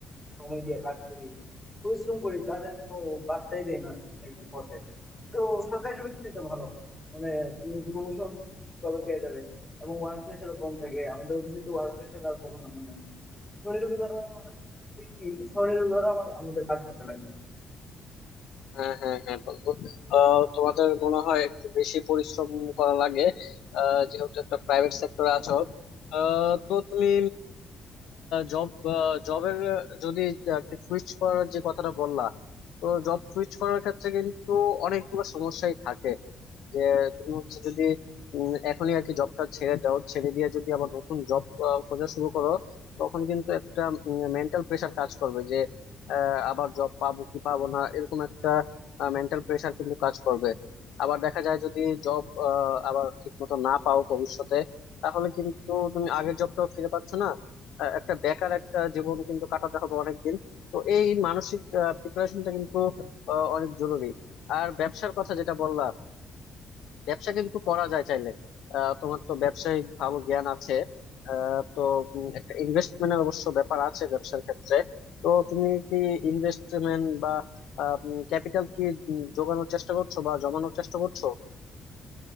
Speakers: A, on the left; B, on the left.
A: সময় দিয়ে কাজ করি পরিশ্রম করি তাদের কোনো পাত্তাই দেয় না বসের তো সরকারি জবে কিন্তু এটা ভালো মানে তুমি প্রমোশন ঠিকভাবে পেয়ে যাবে এবং ওয়ার্ক প্রেশারও কম থাকে আমাদের অফিসে তো ওয়ার্ক প্রেশার আর বলো না মানে শনি রবিবার হচ্ছে কি শনি রবিবার আমার আমাদের কাজ করতে লাগে
B: হ্যাঁ হ্যাঁ হ্যাঁ বন্ধু আহ, তোমাদের মনে হয় একটু বেশি পরিশ্রম করা লাগে আহ, যেহেতু একটা প্রাইভেট সেক্টরে আছো আহ, তো তুমি জব জবের যদি সুইচ করার যে কথাটা বললা তো জব সুইচ করার ক্ষেত্রে কিন্তু অনেকগুলো সমস্যাই থাকে যে তুমি হচ্ছে যদি উম, এখনই আর কি জবটা ছেড়ে দাও ছেড়ে দিয়ে যদি আবার নতুন জব খোঁজা শুরু করো তখন কিন্তু একটা মেন্টাল প্রেশার কাজ করবে যে আহ, আবার জব পাবো কি পাবো না এরকম একটা মেন্টাল প্রেশার কিন্তু কাজ করবে আবার দেখা যায় যদি জব আবার ঠিক মতো না পাও ভবিষ্যতে তাহলে কিন্তু তুমি আগের জবটাও ফিরে পাচ্ছ না আহ, একটা বেকার একটা জীবন কিন্তু কাটাতে হবে অনেকদিন তো এই মানসিক প্রিপারেশনটা কিন্তু আহ, অনেক জরুরি আর ব্যবসার কথা যেটা বললা ব্যবসা কিন্তু করা যায় চাইলে আহ, তোমার তো ব্যবসায়িক ভালো জ্ঞান আছে আহ, তো উম, একটা ইনভেস্টমেন্টের অবশ্য ব্যাপার আছে ব্যবসার ক্ষেত্রে তো তুমি কি ইনভেস্টমেন্ট বা ক্যাপিটাল কি উম, জোগানোর চেষ্টা করছো বা জমানোর চেষ্টা করছো